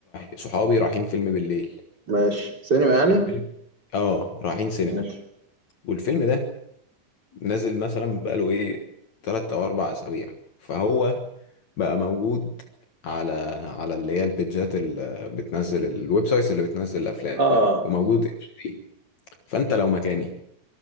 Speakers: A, on the left; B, on the right.
A: صحابي رايحين فيلم بالليل
B: ماشي سينما يعني
A: الفيلم اه رايحين سينما
B: ماشي
A: والفيلم ده نازل مثلا بقاله ايه تلات او اربع اسابيع فهو بقى موجود على على اللي هي البيتجات اللي بتنزل الويب سايتس اللي بتنزل الافلام
B: اه
A: وموجود HD. فانت لو مكاني